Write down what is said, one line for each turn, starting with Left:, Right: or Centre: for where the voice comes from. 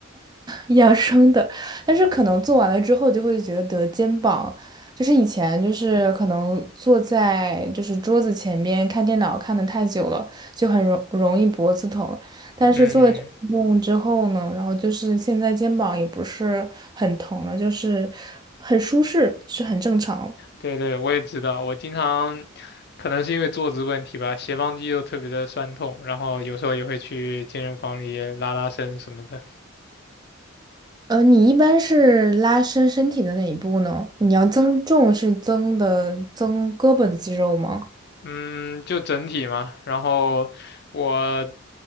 Right: <laughs> 养生的，但是可能做完了之后就会觉得肩膀，就是以前就是可能坐在就是桌子前边看电脑看的太久了，就很容容易脖子疼，但是做了这个运动之后呢，
Left: 嗯，
Right: 然后就是现在肩膀也不是很疼了，就是很舒适，是很正常了。
Left: 对对，我也知道，我经常可能是因为坐姿问题吧，斜方肌又特别的酸痛，然后有时候也会去健身房里拉拉伸什么的。
Right: 呃，你一般是拉伸身体的哪一步呢？你要增重是增的增胳膊的肌肉吗？
Left: 嗯，就整体嘛，然后我